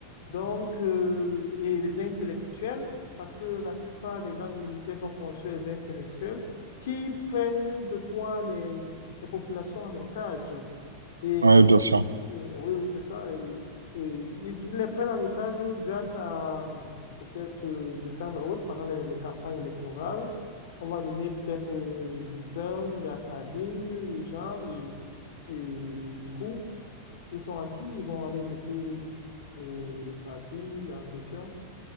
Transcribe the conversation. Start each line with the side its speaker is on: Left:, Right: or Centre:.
Left: Donc, euh, et les intellectuels, parce que la plupart des gens du ministère sont conçus des intellectuels, qui prennent de fois les, les populations en otage. Et
Right: Ouais, bien sûr.
Left: et- oui, oui, c'est ça. Et, et ils les prennent en otage grâce à peut-être euh, de temps à autre, pendant les, les campagnes électorales. On va donner peut-être euh, du pain, de la sardine aux gens. Et, et du coup, ils sont acquis, ils vont aller voter euh, le parti en question.